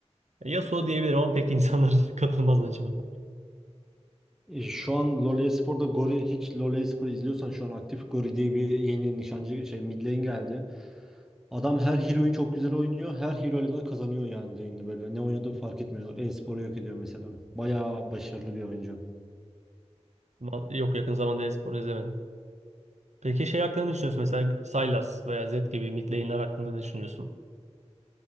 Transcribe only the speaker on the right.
Yasuo diyebilirim ama pek insanlar <laughs> katılmaz bence buna.
Ma- Yok yakın zamanda e-spor izlemedim. Peki şey hakkında ne düşünüyorsun mesela Sylas veya Zed gibi mid lane'ler hakkında ne düşünüyorsun?